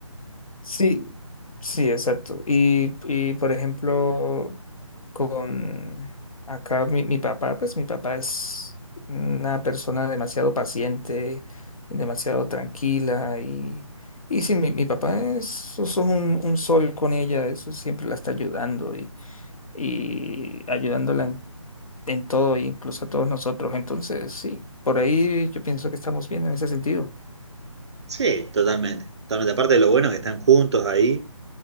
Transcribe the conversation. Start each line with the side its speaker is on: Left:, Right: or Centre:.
Left: sí, sí, exacto. Y, y por ejemplo, con acá mi, mi papá, pues mi papá es una persona demasiado paciente, demasiado tranquila y, y sí, mi, mi papá es, es un, un sol con ella, eso siempre la está ayudando y, y ayudándola en, en todo, e incluso a todos nosotros. Entonces, sí, por ahí yo pienso que estamos bien en ese sentido.
Right: Sí, totalmente. Totalmente. Aparte de lo bueno es que están juntos ahí